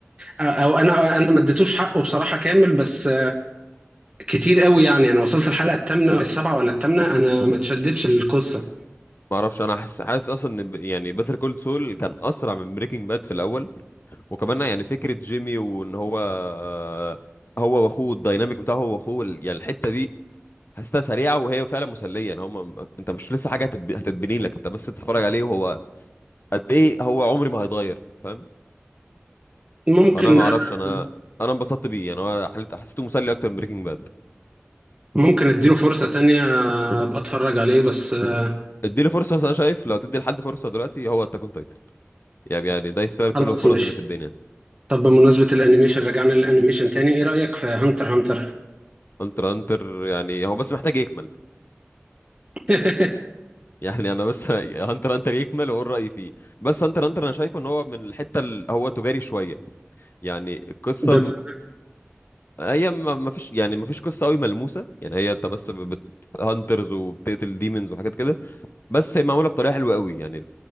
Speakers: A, on the right (about 25°); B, on the left (about 50°).
A: او انا انا ما اديتوش حقه بصراحه كامل بس كتير قوي يعني انا وصلت الحلقه الثامنه السابعه ولا الثامنه انا ما اتشدتش القصه
B: ما اعرفش انا حاسس حاسس اصلا ان ب- يعني بيتر كول سول كان اسرع من بريكنج باد في الاول وكمان يعني فكرة جيمي وان هو آه، هو واخوه الديناميك بتاعه هو واخوه يعني الحتة دي حاسسها سريعة وهي فعلا مسلية يعني هما انت مش لسه حاجة هتتب- هتتبني لك انت بس بتتفرج عليه وهو قد ايه هو عمري ما هيتغير فاهم
A: ممكن
B: فانا ما اعرفش
A: أر-
B: انا انا انبسطت بيه يعني هو حلت- حسيته مسلي اكتر من بريكنج باد
A: ممكن اديله فرصه تانية ابقى اتفرج عليه بس آه،
B: اديله فرصة بس انا شايف لو تدي لحد فرصة دلوقتي هو التاكون تايتن يعني يعني ده يستاهل
A: خلاص
B: كل الفرص
A: ماشي
B: اللي في الدنيا
A: طب بمناسبة الانيميشن رجعنا للانيميشن تاني ايه رأيك في هانتر هانتر
B: انتر انتر يعني هو بس محتاج يكمل
A: <laughs>
B: يعني انا بس <laughs> هانتر هانتر يكمل واقول رايي فيه بس هانتر هانتر انا شايفه ان هو من الحته اللي هو تجاري شويه يعني القصه
A: بما-
B: م- هي ما ما فيش يعني ما فيش قصه قوي ملموسه يعني هي انت بس بت- هانترز وبتقتل ديمونز وحاجات كده بس هي معموله بطريقه حلوه قوي يعني